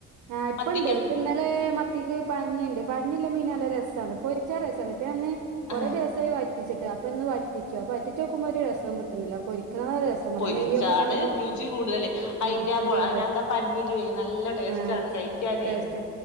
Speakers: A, on the right (about 80°); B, on the left (about 70°).
A: ആഹ് ഇപ്പൊ
B: മത്തിക്കകത്ത്
A: ഉണ്ട് പ്പൊന്നൽ ലെ മത്തിക്ക് പഞ്ഞിണ്ട് പഞ്ഞില്ല മീന് നല്ല രസാണ് പൊരിച്ച രസമാണ് പിന്നെ അന്ന് കൊറേ
B: ആ
A: ദിവസ സായി വറ്റിച്ചിട്ട് അപ്പൊ ഇന്ന് വറ്റിച്ചു പ്പൊ വറ്റിചോക്കുമ്പോ ഒരു രസോം കിട്ടുന്നില്ല പൊരിക്കണതാ രസം പറയ
B: പൊരിച്ചാണ്
A: നെയ്യൊക്കെ ഇണ്ടാവുമ്പോ
B: രുചി കൂടുതല്
A: ആഹ്
B: അയിന്റെ ആ
A: രുചി
B: മൊ
A: കൂടുതൽ
B: അയിനാത്താ പരിഞ്ഞിലുവേ നല്ല ടേസ്റ്റ്
A: ആഹ്
B: ആണ് കഴിക്കാനേ
A: ടേസ്റ്റാ